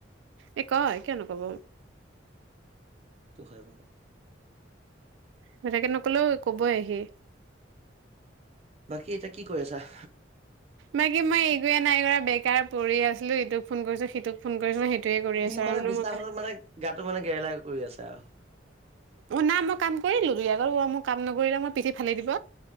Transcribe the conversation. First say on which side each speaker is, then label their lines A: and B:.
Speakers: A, on the right; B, on the right.
A: এই কয় কিয় নকব।
B: হয়
A: বেলেগে নকলেও কবই সি।
B: বাকী এতিয়া কি কৰি আছা।
A: বাকী মই একোয়ে নাই কৰা বেকাৰ পৰি আছিলোঁ। ইটোক ফোন কৰিছো সিটোক- ফোন কৰিছোঁ সেইটোয়ে কৰি আছোঁ
B: বি মানে
A: আৰু নো
B: বিছনাখনত
A: মই কা
B: মানে গাটো মানে গেৰেলা কৰি আছে আৰু
A: অ না মই কাম কৰি দিওঁ দুই এটা বাৰু মোক কাম নকৰিলে মই পিঠি ফালি দিব